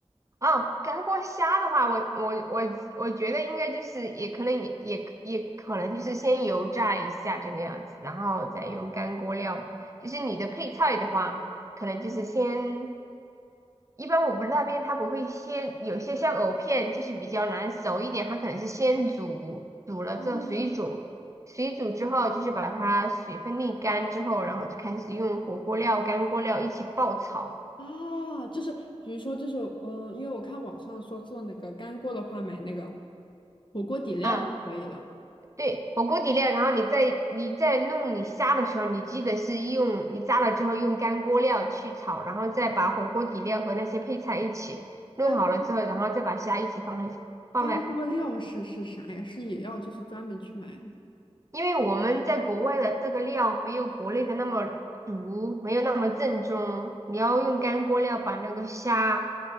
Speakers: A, on the right (about 30°); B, on the left (about 45°).
A: 啊，干锅虾的话，我我我我觉得应该就是也可能也也也可能就是先油炸一下这个样子，然后再用干锅料。就是你的配菜的话，可能就是先，一般我们那边它不会先，有些像藕片就是比较难熟一点，它可能是先煮，煮了之后水煮，
B: 啊
A: 水煮之后就是把它水分沥干之后，然后就开始用火锅料、干锅料一起爆炒。
B: 啊，就是比如说就是嗯、呃因为我看网上说做那个干锅的话，买那个火锅底料就可以了。
A: 啊。对，火锅底料，然后你在你在弄你虾的时候，你记得是用你炸了之后用干锅料去炒，然后再把火锅底料和那些配菜一起弄好了之后，
B: 干。
A: 然后再把虾一起放在放在，
B: 干锅料是是啥呀？是也要就是专门去买吗？
A: 因为我们在国外的这个料没有国内的那么足，没有那么正宗，你要用干锅料把那个虾